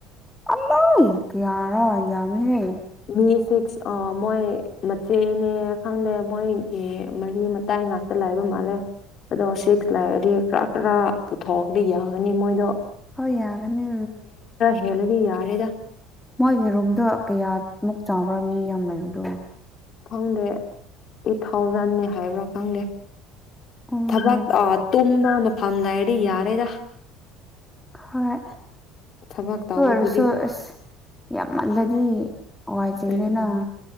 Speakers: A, in the centre; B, on the left.
A: ꯑꯝ ꯀꯌꯥꯔꯥ <inaudible> ꯎꯝ <unintelligible>
B: <unintelligible> ꯁꯤꯛꯁ ꯑ ꯃꯣꯏ ꯃꯆꯦꯅꯦ ꯈꯪꯗꯦ ꯃꯣꯏꯒꯤ ꯃꯔꯤ ꯃꯇꯥꯏ ꯉꯥꯛꯇ ꯂꯥꯏꯕ ꯃꯥꯜꯂꯦ ꯑꯗꯣ ꯁꯤꯛꯁ ꯂꯥꯏꯔꯗꯤ ꯈꯔ ꯄꯨꯊꯣꯀꯗꯤ ꯌꯥ ꯅꯤ ꯃꯣꯏꯗꯣ
A: ꯍꯣꯏ ꯌꯥꯒꯅꯤ
B: ꯍꯦꯂꯗꯤ ꯌꯥꯔꯦꯗ
A: ꯃꯣꯏꯒꯤ ꯔꯨꯝꯗꯣ ꯀꯌꯥ ꯑꯃꯛ ꯆꯥꯎꯪꯕ꯭ꯔꯥ ꯃꯤ ꯌꯥꯝ ꯂꯩꯕꯗꯣ
B: ꯈꯪꯗꯦ ꯑꯩꯠ ꯊꯥꯎꯖꯟꯅꯤ ꯍꯥꯏꯕ꯭ꯔꯥ ꯈꯪꯗꯦ
A: ꯎꯝ
B: ꯊꯕꯛ ꯑꯥ ꯇꯨꯝꯅ ꯐꯝꯅꯥꯏꯠ ꯗꯤ ꯌꯥꯔꯦꯗ
A: ꯍꯣꯏ
B: ꯊꯕꯛ ꯇꯧꯕꯕꯨꯗꯤ
A: ꯑꯣꯏꯔꯁꯨ ꯑꯁ ꯌꯥꯝ ꯉꯜꯂꯗꯤ ꯋꯥꯏ ꯆꯤꯜꯂꯦꯅ
B: ꯎꯝ